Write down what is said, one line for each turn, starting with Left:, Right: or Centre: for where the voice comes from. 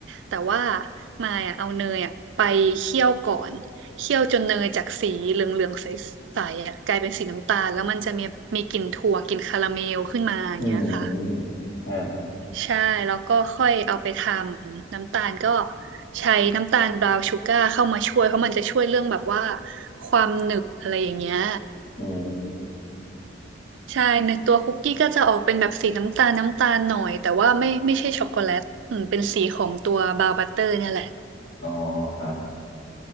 Right: แต่ว่ามายอะเอาเนยอะไปเคี่ยวก่อนเคี่ยวจนเนยจากสีเหลืองๆใสๆอะกลายเป็นสีน้ำตาลแล้วมันจะมีมีกลิ่นถั่วกลิ่นคาราเมลขึ้นมาอย่างเงี้ยค่ะ
Left: อืมฮะ
Right: ใช่แล้วก็ค่อยเอาไปทำน้ำตาลก็ใช้น้ำตาลบราวน์ชูการ์เข้ามาช่วยเพราะมันจะช่วยเรื่องแบบว่าความหนึบอะไรอย่างเงี้ย
Left: อืม
Right: ใช่ในตัวคุกกี้ก็จะออกเป็นแบบสีน้ำตาลน้ำตาลหน่อยแต่ว่าไม่ไม่ใช่ช็อกโกแลตอืมเป็นสีของตัวบราวน์บัตเตอร์เนี่ยแหละ
Left: อ๋อครับ